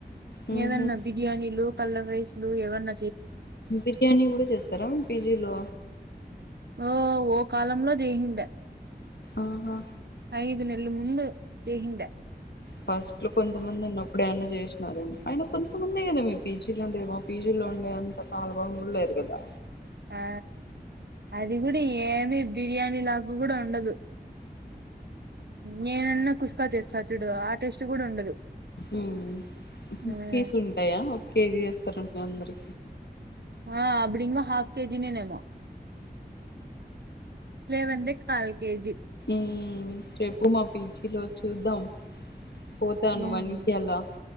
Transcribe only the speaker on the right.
ఏదన్న బిర్యానీలు పల్ ఐస్లు ఎవన్న
ఓ ఓ కాలంలో చేసిండా
ఐదు నెలు ముందు చేసెండా
ఆ అది కూడా ఏమి బిర్యానీ లాభ కూడా ఉండదు నేనన్నా కుష్కా చేస్తా చుడు ఆ టెస్ట్ కూడా ఉండదు
ఉమ్,
ఆ అప్పుడింగ హాఫ్ కేజినేనేమో లేదంటే కాల్ కేజీ
ఉమ్,